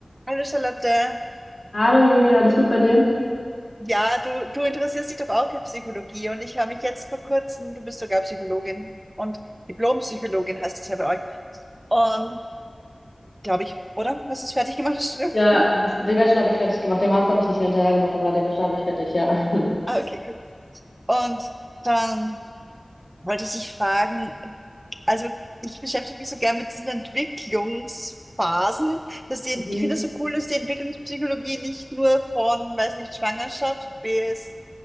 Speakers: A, on the right; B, on the left.
A: Hallo Charlotte.
B: Hallo Julia, alles gut bei dir?
A: Ja, du, du interessierst dich doch auch für Psychologie und ich habe mich jetzt vor kurzem, du bist sogar Psychologin und Diplompsychologin heißt es ja bei euch. Und glaube ich, oder? Hast du es fertig gemacht, das Studium?
B: Ja,
A: <laughs>
B: das, den Bachelor habe ich fertig gemacht. Den Master habe ich nicht mehr hinterher gemacht, aber den Bachelor habe ich fertig, ja. <laughs>
A: Ah, okay, gut. Und dann wollte ich dich fragen, also ich beschäftige mich so gern mit diesen Entwicklungsphasen, dass die,
B: Mhm.
A: ich finde es so cool, dass die Entwicklungspsychologie nicht nur von, weiß nicht, Schwangerschaft bis